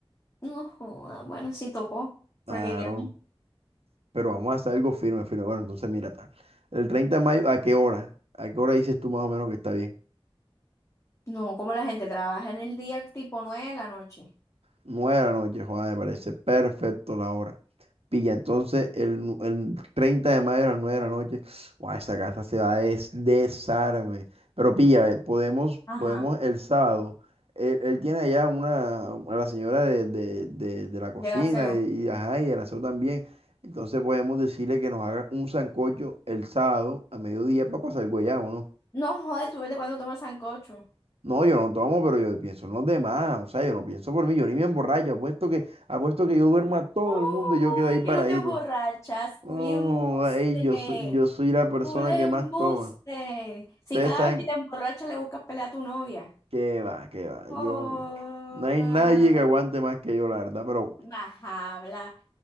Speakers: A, on the left (about 30°); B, on the right (about 80°).
A: No, joda, bueno, sí tocó.
B: Claro,
A: Porque qué. más
B: pero vamos a hacer algo firme, firme. Bueno, entonces mira, tal. El 30 de mayo, ¿a qué hora? ¿A qué hora dices tú más o menos que está bien?
A: No, como la gente trabaja en el día tipo nueve de la noche.
B: Nueve de la noche, Juan, me parece perfecto la hora. Pilla, entonces el, el 30 de mayo a las 9 de la noche, guau, esa casa se va a des- desarme. Pero pilla, eh, podemos, podemos
A: Ajá.
B: el sábado. Él, él tiene allá una, a la señora de, de- de- de la cocina
A: De gaseo.
B: y, y, ajá, y el aseo también. Entonces podemos decirle que nos haga un sancocho el sábado a mediodía para pasar el guayabo, ¿no?
A: No, joder, tú vete cuando tomas sancocho.
B: No, yo no tomo, pero yo pienso en los demás. O sea, yo no pienso por mí, yo ni me emborracho. Apuesto que, apuesto que yo duermo a todo
A: oh
B: el mundo y yo quedo ahí paradito.
A: que no te emborrachas.
B: Oh,
A: Cule embuste.
B: ey, yo soy, yo soy la persona
A: Cule
B: que
A: embuste.
B: más toma.
A: Si
B: Ustedes
A: cada
B: saben
A: vez que te emborrachas le buscas pelea a tu novia.
B: que va, que va.
A: Joda.
B: Yo, no hay nadie que aguante más que yo, la verdad, pero
A: Vas a hablar,